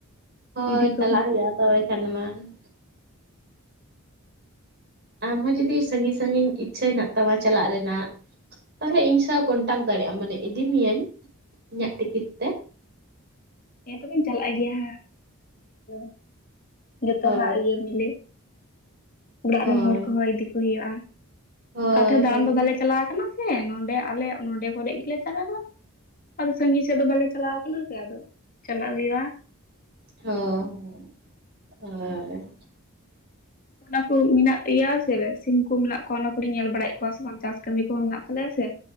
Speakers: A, on the right (about 45°); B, on the left (about 40°).
A: ᱦᱳᱭ
B: ᱤᱫᱤ ᱠᱚᱢ
A: ᱪᱟᱞᱟᱜ
B: ᱾
A: ᱦᱩᱭᱩᱜᱼᱟ ᱛᱚᱵᱮ ᱠᱷᱟᱱ ᱢᱟ ᱾ ᱟᱢᱦᱚᱸ ᱡᱩᱫᱤ, ᱥᱟᱺᱜᱤᱧ ᱥᱟᱺᱜᱤᱧ ᱤᱪᱪᱷᱟᱹ ᱦᱮᱱᱟᱜ ᱛᱟᱢᱟ ᱪᱟᱞᱟᱜ ᱨᱮᱱᱟᱜ, ᱛᱟᱦᱞᱮ ᱤᱧ ᱥᱟᱶ ᱠᱚᱱᱴᱟᱠᱴᱴ ᱫᱟᱲᱮᱭᱟᱜ ᱟᱢ, ᱢᱟᱱᱮ ᱤᱫᱤ ᱢᱤᱭᱟᱹᱧ ᱤᱧᱟᱹᱜ ᱴᱤᱠᱤᱴ ᱛᱮ ᱾
B: ᱮ ᱛᱚᱵᱮᱧ ᱪᱟᱞᱟᱜ ᱜᱮᱭᱟ ᱦᱟᱸᱦ ᱾ ᱡᱚᱛᱚᱣᱟᱜ
A: ᱦᱳᱭ
B: ᱤᱭᱟᱹ ᱢᱤᱞᱮ, ᱚᱲᱟᱜ
A: ᱦᱳᱭ
B: ᱨᱮᱱ ᱦᱚᱲ ᱠᱚᱦᱚᱸ ᱤᱫᱤ ᱠᱚ ᱦᱩᱭᱩᱜᱼᱟ ᱾
A: ᱦᱳᱭ
B: ᱚᱠᱟ ᱛᱮᱦᱚᱸ ᱫᱟᱬᱟᱱ
A: ᱦᱳᱭ
B: ᱫᱚ ᱵᱟᱞᱮ ᱪᱟᱞᱟᱣ ᱟᱠᱟᱱᱟ ᱥᱮ, ᱱᱚᱰᱮ ᱟᱞᱮ ᱱᱚᱰᱮ ᱠᱚᱨᱮ ᱜᱮᱞᱮ ᱪᱟᱞᱟᱣᱼᱟ ᱾ ᱟᱫᱚ ᱥᱟᱺᱜᱤᱧ ᱥᱮᱫ ᱫᱚ ᱵᱟᱞᱮ ᱪᱟᱞᱟᱣ ᱠᱟᱱᱟ ᱥᱮ, ᱟᱫᱚ ᱪᱟᱞᱟᱜ ᱦᱩᱭᱩᱜ-ᱟ ᱾
A: ᱦᱚ ᱦ ᱦᱚᱭ ᱾
B: ᱚᱱᱟ ᱠᱚ ᱢᱮᱱᱟᱜ ᱛᱮᱭᱟ ᱥᱮ, ᱥᱤᱢ ᱠᱚ ᱢᱮᱱᱟᱜ ᱠᱚᱣᱟ, ᱚᱱᱟ ᱠᱚᱨᱮᱧ ᱧᱮᱞ ᱵᱟᱲᱟᱭᱮᱫ ᱠᱚᱣᱟ ᱥᱮ ᱵᱟᱝ? ᱪᱟᱥ ᱠᱟᱹᱢᱤ ᱠᱚᱦᱚᱸ ᱢᱮᱱᱟᱜ ᱛᱟᱞᱮᱭᱟ ᱥᱮ ᱾